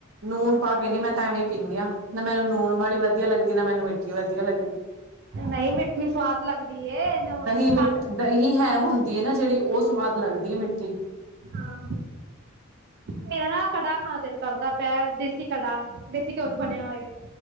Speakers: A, on the right; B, on the right.
A: ਨੂਣ ਪਾ ਕੇ ਨੀ ਮੈਂ ਤਾਂ ਐਵੇਂ ਪੀਂਨੀ ਆ ਨਾ ਮੈਨੂੰ ਨੂਣ ਵਾਲੀ ਵਧੀਆ ਲੱਗਦੀ, ਨਾ ਮੈਨੂੰ ਮਿੱਠੀ ਵਧੀਆ ਲੱਗਦੀ।
B: ਨਈ ਮਿੱਠੀ ਸਵਾਦ ਲੱਗਦੀ ਏ, ਨਮਕ
A: ਦਹੀਂ ਮਿੱਠ
B: ਖੰਡ
A: ਦਹੀਂ ਹੈਂ ਹੁੰਦੀ ਹੈ ਨਾ ਜਿਹੜੀ, ਉਹ ਸਵਾਦ ਲੱਗਦੀ ਹੈ ਮਿੱਠੀ
B: ਹਾਂ ਮੇਰਾ ਨਾ ਕੜਾ ਖਾਣਾ ਦਿਲ ਕਰਦਾ ਪਿਆ ਏ, ਦੇਸੀ ਕੜਾ ਦੇਸੀ ਘਿਓ ਚ ਬਣਿਆ ਹੋਏ।